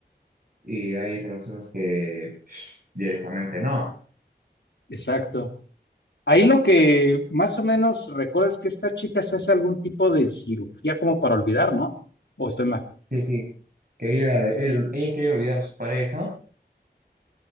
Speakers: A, on the right (about 55°); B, on the left (about 80°).
A: Y hay relaciones que pff, directamente no.
B: exacto. Ahí lo que más o menos recuerdo es que esta chica se hace algún tipo de cirugía como para olvidar, ¿no? O estoy mal.
A: Sí, sí. Quería, él, ella quería olvidar a su pareja.